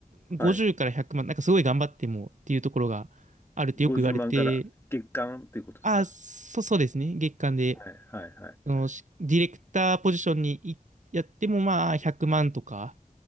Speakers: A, on the right; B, on the left.
A: 50から100万、
B: はい。
A: なんかすごい頑張ってもっていうところがあるってよく言われて、
B: 50万から月間ということですか。
A: あ、そ、そうですね。月間で
B: はい。はい。はい。
A: そのしディレクターポジションにいやってもまあ100万とか、
B: はい